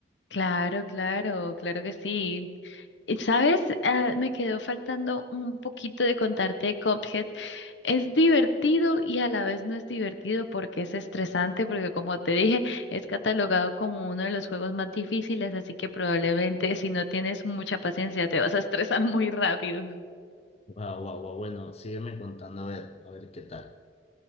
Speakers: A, on the left; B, on the left.
A: Claro, claro, claro que sí. Y, ¿Sabes? Ah, me quedó faltando un poquito de contarte de Cuphead. Es divertido y a la vez no es divertido porque es estresante, porque como te dije, es catalogado como uno de los juegos más difíciles, así que probablemente si no tienes mucha paciencia te vas a estresar muy rápido.
B: Wow, wow, wow. Bueno, sígueme contando a ver, a ver qué tal.